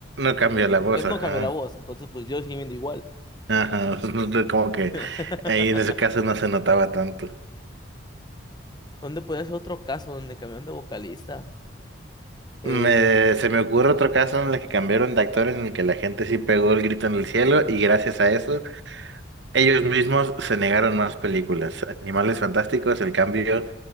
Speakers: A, on the right; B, on the left.
A: No cambió la
B: mexicano
A: voz, ajá.
B: no cambió la voz, entonces pues yo sigo viendo igual.
A: Ajá, <laughs> como que
B: <laughs>
A: ahí en ese caso no se notaba tanto.
B: ¿Dónde puede ser otro caso donde cambiaron de vocalista? Eh,
A: Me- se me ocurre otro caso en el que cambiaron de actor en el que la gente sí pegó el grito en el cielo y gracias a eso Ellos mismos se negaron más películas. Animales Fantásticos, el cambio